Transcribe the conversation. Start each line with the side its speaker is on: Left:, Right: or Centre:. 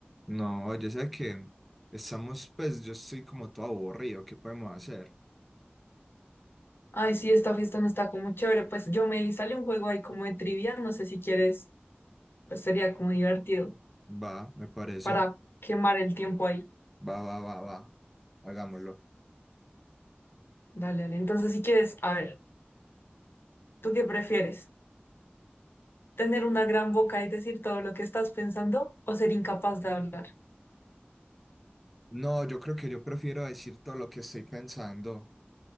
Centre: No, yo sé que estamos, pues yo estoy como todo aburrido, ¿qué podemos hacer?
Left: Ay, sí, esta fiesta no está como chévere. Pues yo me vi, sale un juego ahí como de trivia, no sé si quieres, pues sería como divertido
Centre: Va, me parece,
Left: para quemar el tiempo ahí.
Centre: va, va, va, va, hagámoslo.
Left: Dale, dale. Entonces, si quieres, a ver, ¿tú qué prefieres? ¿Tener una gran boca y decir todo lo que estás pensando o ser incapaz de hablar?
Centre: No, yo creo que yo prefiero decir todo lo que estoy pensando,